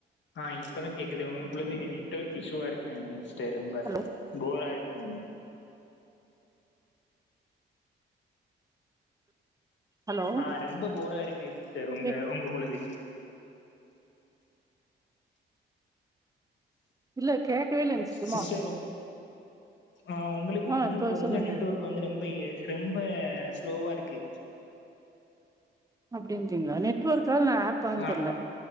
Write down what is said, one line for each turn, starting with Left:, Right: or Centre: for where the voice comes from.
Left: ஆ இப்ப தா கேக்குது உங்களுக்குள்ளது நெட்வொர்க் இஷ்யுவா இருக்குன்‌ நெனைக்கிறே சிஸ்டர் ரொம்ப
Right: ஹலோ
Left: போராருக்கு என்னங்க
Right: ஹலோ
Left: ஆ ரொம்ப போராருக்கு சிஸ்டர் ஒங்க
Right: கேக்
Left: ஒங்ககுள்ளது
Right: இல்ல கேக்கவே இல்ல சுத்தமா
Left: சிஸ்டர் உங் ஆ உங்களுக்கு
Right: ஆ
Left: உங்க
Right: இப்ப
Left: உங்க
Right: சொல்லுங்க
Left: நெட்வொர்க் வந்து ரொம்ப எ ரொம்ப ரொம்ப ஸ்லோவாருக்கு
Right: அப்டின்றீங்ளா நெட்வொர்க்கா இல்ல அப்பான்
Left: ஆமா
Right: தெர்ல